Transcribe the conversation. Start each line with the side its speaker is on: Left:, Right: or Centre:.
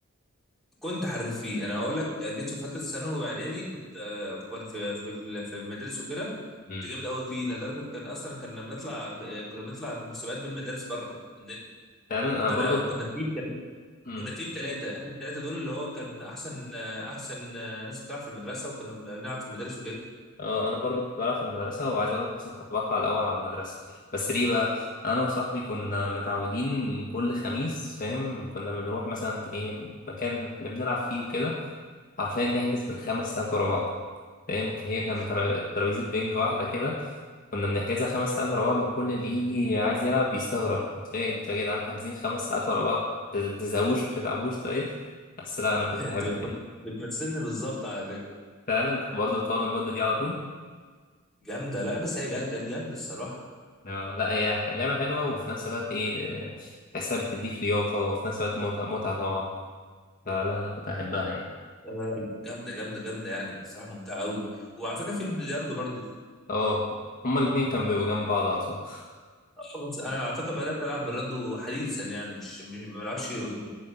Centre: كنت حريف فيه انا اقول لك جيت في فتره ثانوي واعدادي كنت آه، في في في ال- في المدارس وكده
Left: امم
Centre: كنت جامد قوي فيه لدرجه كان اصلا كنا بنطلع آه، كنا بنطلع في مسابقات بين مدارس بره عندنا
Left: فعلا انا
Centre: كنت
Left: برضو
Centre: انا كنا تيم تل...
Left: امم
Centre: كنا تيم ثلاثه احنا الثلاثه دول اللي هو كان احسن آه، احسن آه، ناس بتلعب في المدرسه وكنا بن- بنلعب في المدارس وكده
Left: اه انا برضو كنت بلعب في المدرسه وعايز اقول لك مثلا كنت بطلع الاول على المدرسه بس ليه بقى انا وصاحبي كنا متعودين كل خميس فاهم كنا بنروح مثلا ايه مكان اللي بنلعب فيه وكده حرفيا نحجز بالخمس ساعات ورا بعض فاهم هي كان
Centre: <laughs>
Left: ترا- ترابيزه بينج واحده كده كنا بنحجزها خمس ساعات ورا بعض وكل اللي يجي عايز يلعب بيستغرب انت ايه انتوا يا جدعان حاجزين خمس ساعات ورا بعض ما بتزهقوش ما بتتعبوش طيب بس لا انا كنت
Centre: انت
Left: بحبه
Centre: بت-
Left: يعني
Centre: بتمثلني بالظبط على فكره
Left: فعلا كنت برضه بتقعد المدة دي على طول
Centre: جامده لا بس هي جا- كانت جامده الصراحه
Left: آه، لا هي لعبة حلوة وفي نفس الوقت ايه آه، تحسها بتديك لياقة وفي نفس الوقت متعة متعة طبعا فلا أنا كنت بحبها يعني
Centre: لا، لا، لا، جامده جامده جامده يعني الصراحه ممتعه قوي وعلى فكره في البلياردو برضه
Left: اه هما الاتنين كانوا بيبقوا جنب بعض على طول
Centre: آه، بس انا على فكره بدات العب بالرادو حديثا يعني مش مش- ما بلعبش من